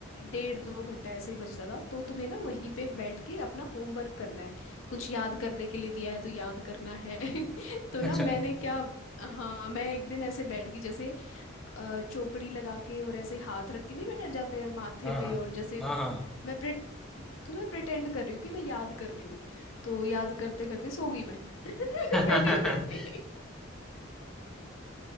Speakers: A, on the left; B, in the centre.
A: डेढ़ दो घंटा ऐसे ही बचता था तो तुम्हें ना वहीं पे बैठ के अपना होमवर्क करना है कुछ याद करने के लिए दिया है तो याद करना है <laughs> तो ना
B: अच्छा
A: मैंने क्या हाँ मैं एक दिन ऐसे बैठ गई जैसे अ, चौकड़ी लगा के और ऐसे हाथ रख के नहीं बैठ जाते हैं माथे
B: हाँ हाँ
A: पे और जैसे
B: हाँ हाँ हाँ।
A: मैं प्रे तो मैं प्रिटेंड कर रही हूँ कि मैं याद कर रही हूँ तो याद करते करते सो गई मैं <laughs>
B: <laughs>
A: बैठे बैठे